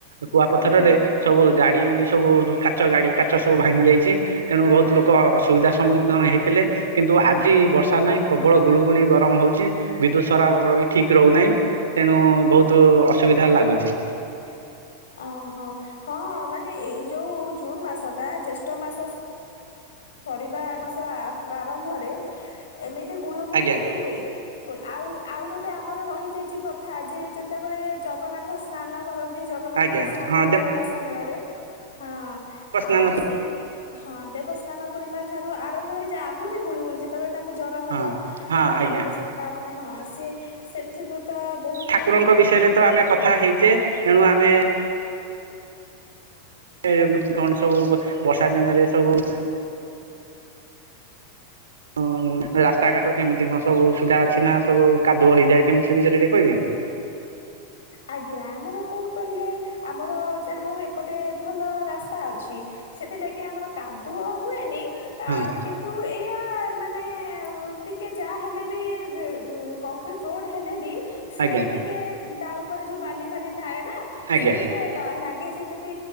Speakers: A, on the right (about 65°); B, on the left (about 65°).
A: କୁଆପଥରରେ
B: ଓହୋ।
A: ସବୁ ଗାଡ଼ି ସବୁ କାଚ ଗାଡ଼ି କାଚ ସବୁ ଭାଙ୍ଗି ଯାଇଚି ତେଣୁ ବହୁତ୍ ଲୋକ ସୁବିଧା ସମ୍ମୁଖୀନ ହେଇଥିଲେ କିନ୍ତୁ ଆଜି ବର୍ଷା ନାହିଁ ପ୍ରବଳ ଗୁଳୁଗୁଳି ଗର ଗରମ ହଉଚି, ବିଦ୍ୟୁତ ସରାବର ବି ଠିକ୍ ରହୁନାହିଁ ତେଣୁ ବହୁତୁ ଅସୁବିଧା ଲାଗୁଚି।
B: ହ <inaudible> ଅହଁ, ହଁ ମାନେ ଏଇ ଯୋଉ ଜୁନ୍ ମାସଟା ଜ୍ୟେଷ୍ଠ ମାସ ସରିବା ମାସ ପ୍ରାରମ୍ଭରେ ଏମିତି ଗୁଳୁ ଗୁଳି
A: ଆଜ୍ଞା
B: ହିଁ ହୁଏ। ଆଉ ଆଉ ଗୋଟେ ଆମର ରହିଯାଇଚି ପ୍ରଥା ଯେ ଯେତେବେଳେ ଜଗନ୍ନାଥ ସ୍ନାନ କରନ୍ତି ଜଗନ୍ନାଥଙ୍କ
A: ଆଜ୍ଞା
B: ସ୍ନାନ
A: ହଁ
B: ପୂର୍ଣ୍ଣିମା ସମୟରେ ହଁ
A: ଦେବସ୍ନାନ
B: ଆଉ ସେ, ହଁ ଦେବସ୍ନାନ ପୂର୍ଣ୍ଣିମା ଠାରୁ ଆରମ୍ଭ ହେଇଯାଏ ଆହୁରି ଗୁଳୁଗୁଳି ଯେତେବେଳେ ତାଙ୍କୁ ଜ୍ଵର ହବ
A: ହଁ ହଁ
B: ଆଉ
A: ଆଜ୍ଞା
B: ତ ତାପରେ ହଁ ସିଏ ସେଥିନୁ ତ ବହୁତ୍
A: ଠାକୁରଙ୍କ ବିଷୟରେ ତ ଆମେ କଥା ହେଇଚେ ତେଣୁ ଆମେ ଏ କଣ ସବୁ ବର୍ଷା ଦିନେରେ ସବୁ ହଁ ରାସ୍ତାଘାଟ କେମିତି କଣ ସବୁ ସୁବିଧା ଅଛି ନା ସବୁ କାଦୁଅ ହେଇଯାଏ କେମିତି ସେ ବିଷୟରେ ଟିକେ କହିବେ କି?
B: ଆଜ୍ଞା, ଆମର କଣ କହିଲେ ଆମର ଯାହା ହେଉ ଏପଟେ ଭଲ ରାସ୍ତା ଅଛି। ସେଥିଲାଗି ଆମର କାଦୁଅ ହୁଏନି ଆ
A: ହଁ
B: କିନ୍ତୁ ଏଇଆ ମାନେ ଟିକେ ଯାହା ହେଲେ ବି କଂକ୍ରିଟରୋଡ ହେଲେ ବି ସେ
A: ଆଜ୍ଞା
B: ଟିକେ ତା ଉପରେ ଯୋଉ ବାଲି ଫାଲି ଥାଏ ନା
A: ଆଜ୍ଞା
B: ସେ ଟିକେ ଲାଗେ ସେମିତି